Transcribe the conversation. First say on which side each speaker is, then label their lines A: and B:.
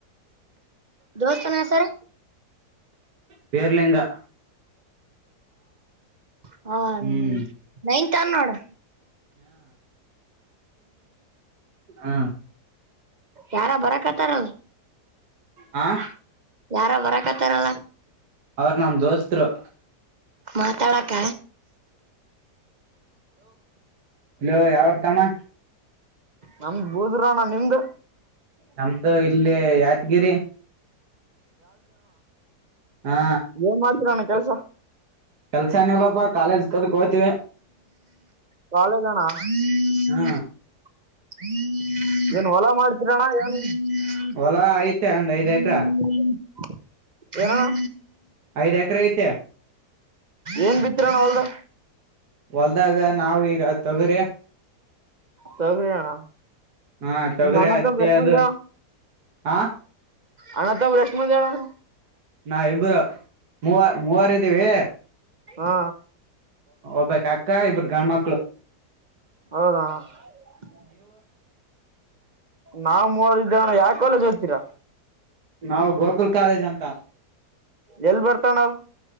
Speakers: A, on the right; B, on the right.
A: ದೋಸ್ತನ ಹೆಸರು?
B: ಭೀರಲಿಂಗ.
A: ಹ ಹ
B: ಹ್ಮ್
A: ನೈನ್ ಥ ಅನ ನೋಡ್.
B: ಹಾ.
A: ಯಾರ ಬರಕತ್ತಾರಲ್,
B: ಹಾ
A: ಯಾರ ಬರಕತ್ತಾರಲ?
B: ಅವರು ನಮ್ಮ ದೋಸ್ತರು.
A: ಮಾತಾಡಾಕ?
B: ಹಲೋ, ಯಾವೂರ ತಮ್ಮ?
A: ನಮ್ದ ಬೂದರು ಅಣ ನಿಮ್ದ?
B: ನಮ್ದು ಇಲ್ಲಿ ಯಾದಗಿರಿ. ಹಾ
A: ಏನ್ ಮಾಡ್ತೀರಿ ಅಣ್ಣ ಕೆಲ್ಸ?
B: ಕೆಲಸ ಏನಿಲ್ಲಪ್ಪ ಕಾಲೇಜ್. ಕದಕ್ ಹೋತಿವಿ
A: ಕಾಲೇಜ್ ಅಣ್ಣ? ಹ್ಮ್.
B: ಹಾ
A: <unintelligible> ಏನ್ ಹೊಲ ಮಾಡ್ತೀರ ಅಣ್ಣ? ಏನು?
B: ಹೊಲ ಐತೆ ಒಂದ್ ಐದ್
A: <unintelligible>
B: ಎಕ್ರ
A: ಏನು ಅಣ್ಣ?
B: ಐದ್ ಎಕರೆ ಐತೆ
A: ಏನ್ ಬಿತ್ತಿರ ಅಣ್ಣ ಹೊಲದಾಗ?
B: ಹೊಲ್ದಾಗ ನಾವ ಈಗ ತೊಗರಿ.
A: ತೊಗರಿ ಅಣ್ಣ
B: ಹಾ ತೊಗರಿ,
A: ನಿಮ್ ಅಣ್ಣ
B: ಹತ್ತಿ
A: ತಮ್ಮ ಎಷ್ಟ್
B: ಅದು.
A: ಮಂದಿ ಅಣ್ಣ
B: ಹಾ.
A: ಅಣ್ಣ ತಮ್ಮರು ಎಷ್ಟು ಮಂದಿ ಅಣ್ಣ ನೀವು?
B: ನಾವ ಇಬ್ಬರು, ಮೂವರು ಇದೀವಿ.
A: ಹಾ.
B: ಒಬ್ಬಕಿ ಅಕ್ಕ, ಇಬ್ಬರು ಗಂಡ ಮಕ್ಕಳು.
A: ಹೌದಾ ಅಣ್ಣ, ನಾವ್ ಮೂವರ ಇದೀವಿ. ಯಾವ ಕಾಲೇಜ್ ಹೋಗ್ತೀರಾ?
B: ನಾವು ಗೋಕುಲ್ ಕಾಲೇಜ್ ಅಂತ.
A: ಎಲ್ಲಿ ಬರ್ತದ ಅಣ್ಣ?